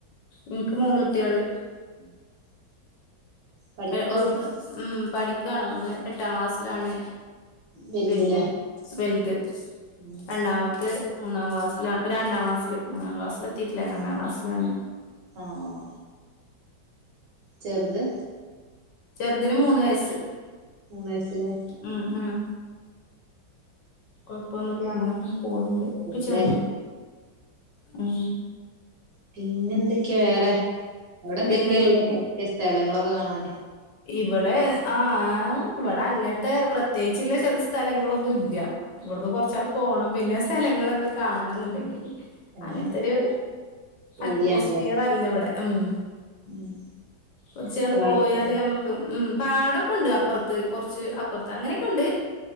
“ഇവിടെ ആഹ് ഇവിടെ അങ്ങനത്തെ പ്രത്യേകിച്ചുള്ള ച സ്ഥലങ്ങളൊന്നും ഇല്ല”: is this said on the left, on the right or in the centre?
Left